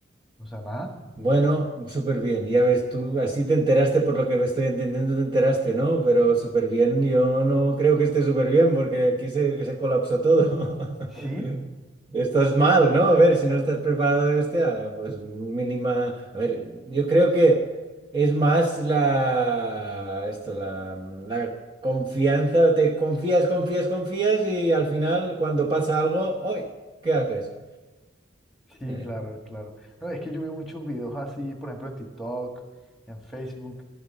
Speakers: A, in the centre; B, on the right.
A: o sea, nada,
B: Bueno, súper bien. Ya ves, tú así te enteraste por lo que me estoy entendiendo, te enteraste, ¿no? Pero súper bien, yo no creo que esté súper bien porque aquí se, se colapsó todo.
A: sí.
B: <laughs> Estás mal, ¿no? A ver, si no estás preparado, hostia, pues mínima. A ver, yo creo que es más la, esto, la, la confianza. Te confías, confías, confías y al final cuando pasa algo, ¡ay! ¿Qué haces?
A: Sí,
B: Eh,
A: claro, claro. No, es que yo vi muchos videos así, por ejemplo, en TikTok, en Facebook,